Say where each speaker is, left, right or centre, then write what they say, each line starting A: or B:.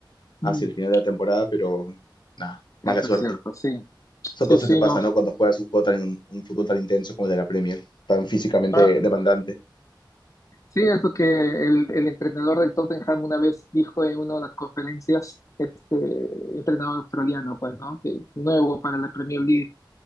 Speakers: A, on the left; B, on the left.
A: hacia
B: Mm,
A: el final de la temporada, pero nada,
B: eso
A: mala suerte.
B: es cierto, sí.
A: Son
B: Sí,
A: cosas
B: sí,
A: que pasan,
B: nos.
A: ¿no? Cuando juegas un juego tan, un fútbol tan intenso como el de la Premier, tan físicamente
B: ah,
A: demandante.
B: sí, es que el, el entrenador del Tottenham una vez dijo en una de las conferencias, este entrenador australiano, pues, ¿no? Que nuevo para la Premier League,